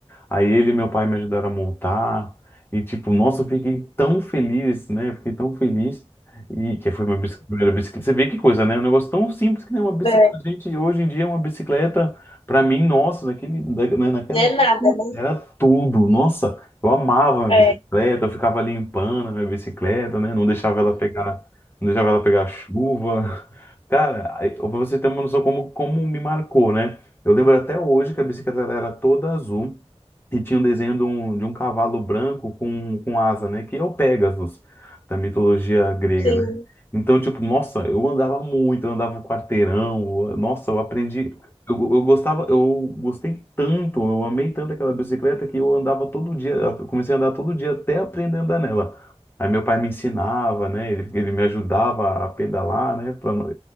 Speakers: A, on the left; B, on the left.
A: Aí ele e meu pai me ajudaram a montar. E, tipo, nossa, eu fiquei tão feliz, né? Eu fiquei tão feliz. E que foi minha bicicleta primeira bicicleta. Você vê que coisa, né? É Um negócio tão simples que nem uma bicicleta.
B: É,
A: Gente, hoje em dia, uma bicicleta, pra mim, nossa, naquele, da- né, naquela
B: não é
A: época,
B: nada, né?
A: era tudo. Nossa, eu amava minha
B: É,
A: bicicleta, eu ficava limpando a minha bicicleta, né? Não deixava ela pegar, não deixava ela pegar chuva. <laughs> Cara, aí, pra você ter uma noção como, como me marcou, né? Eu lembro até hoje que a bicicleta ela era toda azul. E tinha um desenho de um, de um cavalo branco com, com asa, né? Que é o Pegasus, da mitologia grega,
B: sim.
A: né? Então, tipo, nossa, eu andava muito, eu andava o quarteirão, eu- nossa, eu aprendi. Eu, eu gostava, eu gostei tanto, eu amei tanto aquela bicicleta que eu andava todo dia, eu comecei a andar todo dia até aprender a andar nela. Aí meu pai me ensinava, né? Ele, ele me ajudava a pedalar, né? pra não-